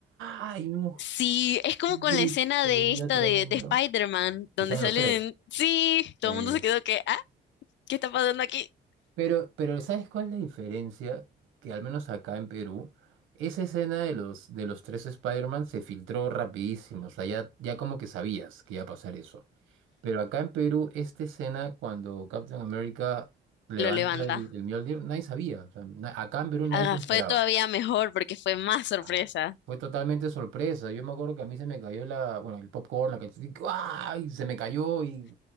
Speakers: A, on the right; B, on the left.
A: hay un
B: Sí, es como
A: griterío
B: con la escena de esta
A: tremendo,
B: de, de Spider-Man, donde
A: que salen
B: salen,
A: los tres.
B: sí, todo
A: Eh,
B: el mundo se quedó que, ah, ¿qué está pasando aquí?
A: pero, pero ¿sabes cuál es la diferencia? Que al menos acá en Perú, esa escena de los, de los tres Spider-Man se filtró rapidísimo, o sea, ya, ya como que sabías que iba a pasar eso. Pero acá en Perú, esta escena, cuando Captain America levanta
B: Lo levanta.
A: el, el Mjolnir, nadie sabía. O sea, na- acá en Perú nadie
B: Ah,
A: se lo
B: fue
A: esperaba.
B: todavía mejor porque fue más sorpresa.
A: Ah, Fue totalmente sorpresa. Yo me acuerdo que a mí se me cayó la, bueno, el popcorn, la canción, ¡ay! Se me cayó y